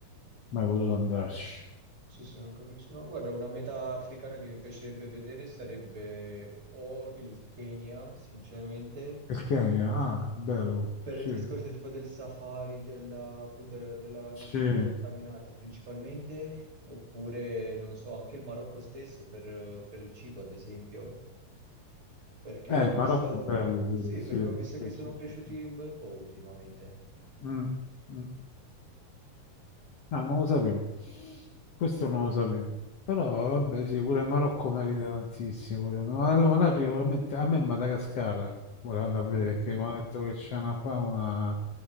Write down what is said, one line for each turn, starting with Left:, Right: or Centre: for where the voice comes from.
Left: mai potuto andarci.
Right: Sì, sì, non capisco. No, guarda, una meta africana che mi piacerebbe vedere sarebbe o il Kenya, sinceramente,
Left: Il Kenya, ah, bello,
Right: per il
Left: sì.
Right: discorso tipo del safari, della, appunto, della
Left: Sì,
Right: natura incontaminata principalmente, oppure, non so, anche il Marocco stesso per, per il cibo, ad esempio, perché
Left: Eh, il
Right: ho
Left: Marocco
Right: visto,
Left: è bello pure,
Right: sì,
Left: sì,
Right: perché ho visto
Left: sì,
Right: che sono
Left: sì,
Right: cresciuti
Left: sì, sì.
Right: un bel po' ultimamente.
Left: Mm, mm. Ah, non
Right: Sì,
Left: lo sapevo. Questo
Right: sì.
Left: non lo sapevo. Però, vabbè, sì, pure il Marocco merita tantissimo. Pure- no, Allora, ma l'Africa veramente, a me il Madagascar, volevo andare a vedere,
Right: Mm,
Left: perché mi ha detto che c'è una fauna